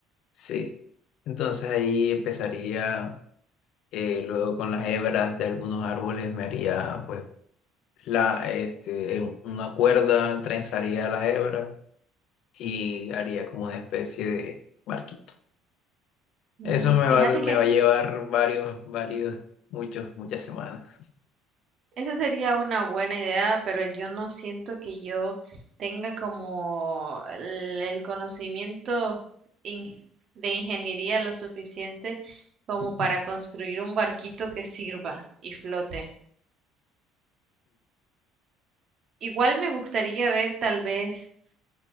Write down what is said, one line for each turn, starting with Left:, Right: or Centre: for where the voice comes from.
Left: Sí. Entonces ahí empezaría, eh, luego con las hebras de algunos árboles me haría, pues, la, este, el- una cuerda, trenzaría las hebras y haría como una especie de barquito.
Right: Mm,
Left: Eso me
Right: fíjate
Left: va, me
Right: que
Left: va a llevar varios, varios, muchos, muchas semanas.
Right: Esa sería una buena idea, pero yo no siento que yo tenga como el, el conocimiento in- de ingeniería lo suficiente como
Left: <laughs>
Right: para construir un barquito que sirva y flote. Igual me gustaría ver tal vez,